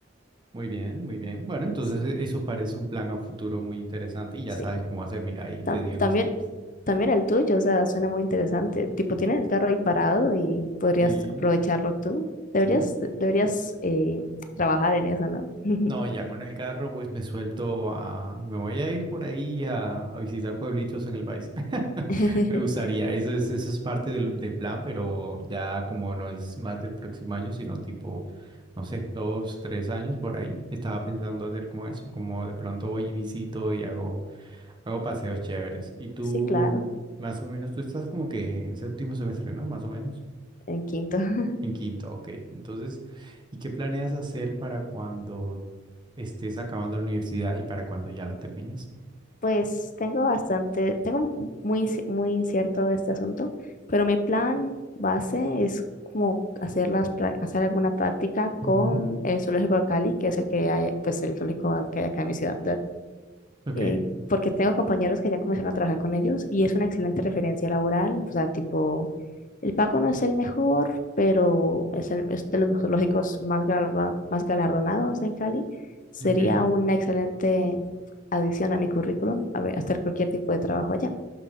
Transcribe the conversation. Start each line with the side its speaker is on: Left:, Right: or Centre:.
Right: muy bien, muy bien. Bueno, entonces
Left: Sí,
Right: e- eso parece un plan a futuro muy interesante y ya
Left: sí.
Right: sabes cómo hacer. Mira, ahí
Left: tam-
Right: te di unos
Left: también,
Right: tips.
Left: también el tuyo, o sea, suena muy interesante. Tipo, tienes el carro ahí parado y podrías
Right: Sí,
Left: aprovecharlo tú. Deberías,
Right: sí.
Left: deberías eh, trabajar en eso, ¿no? <laughs>
Right: No, ya con el carro pues me suelto a... Me voy a ir por ahí a, a visitar pueblitos en el país. <laughs>
Left: <laughs>
Right: Me gustaría, eso es, eso es parte del, del plan, pero ya como no es más del próximo año, sino tipo, no sé, dos, tres años por ahí, estaba pensando hacer como eso, como de pronto voy y visito y hago, hago paseos chéveres. Y tú,
Left: Sí, claro,
Right: más o menos, tú estás como que en séptimo semestre, ¿no? Más o menos.
Left: en quinto. <laughs>
Right: En quinto, ok. Entonces, ¿y qué planeas hacer para cuando estés acabando la universidad y para cuando ya la termines.
Left: Pues tengo bastante, tengo muy, inci- muy incierto este asunto, pero mi plan base es como hacer, las, prá- hacer alguna práctica
Right: Ujú,
Left: con el zoológico de Cali, que es el que hay, pues el zoológico que hay acá en mi ciudad.
Right: Ok,
Left: eh, porque tengo compañeros que ya comenzaron a trabajar con ellos y es una excelente referencia laboral, o sea, tipo, el pago no es el mejor, pero es, el, es de los zoológicos más, galardo- más galardonados en Cali. Sería
Right: ok,
Left: una excelente adición a mi currículum a ver, hacer cualquier tipo de trabajo allá.